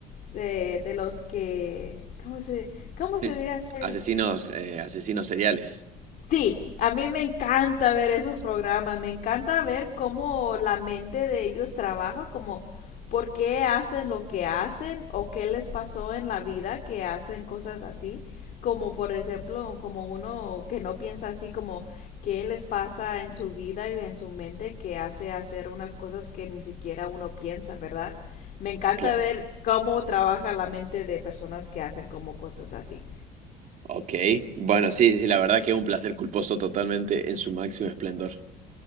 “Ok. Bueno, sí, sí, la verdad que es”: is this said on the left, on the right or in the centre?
Right